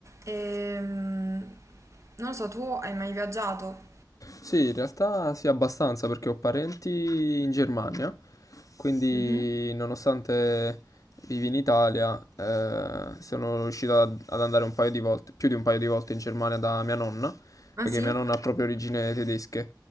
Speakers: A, on the right; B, on the left.
A: Ehm, non lo so, tu hai mai viaggiato?
B: Sì, in realtà sì, abbastanza perché ho parenti in Germania, quindi
A: Mhm.
B: nonostante vivi in Italia, eh, sono riuscito ad ad andare un paio di volte, più di un paio di volte in Germania da mia nonna,
A: Ah
B: perché
A: sì?
B: mia nonna ha proprio origini tedesche.